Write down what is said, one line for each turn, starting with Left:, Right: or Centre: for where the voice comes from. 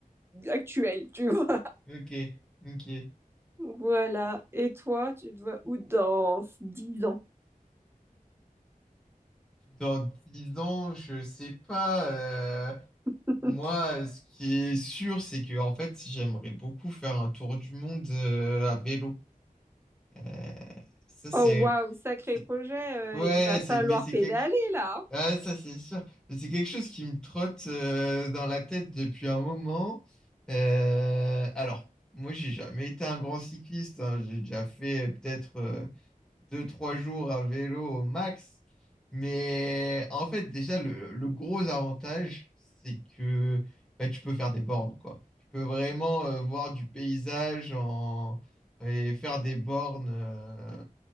Right: actuelles, tu <laughs> vois.
Centre: Ok, ok.
Right: Voilà. Et toi, tu te vois où dans 10 ans?
Centre: Dans dix ans, je sais pas. euh,
Right: <laughs>
Centre: moi, ce qui est sûr, c'est que, en fait, j'aimerais beaucoup faire un tour du monde euh, à vélo. Euh, ça, c'est.
Right: Oh, waouh, sacré
Centre: c'est-
Right: projet. euh,
Centre: Ouais,
Right: il va falloir
Centre: c'est, mais c'est
Right: pédaler,
Centre: quelque chose.
Right: là. hein.
Centre: Ah, ça c'est sûr. Mais C'est quelque chose qui me trotte euh, dans la tête depuis un moment. Euh, alors, moi j'ai jamais été un grand cycliste. hein. J'ai déjà fait euh, peut-être euh, deux, trois jours à vélo au max. Mais en fait, déjà, le, le gros avantage, c'est que bah, tu peux faire des bornes, quoi. Tu peux vraiment euh, voir du paysage en... et faire des bornes euh,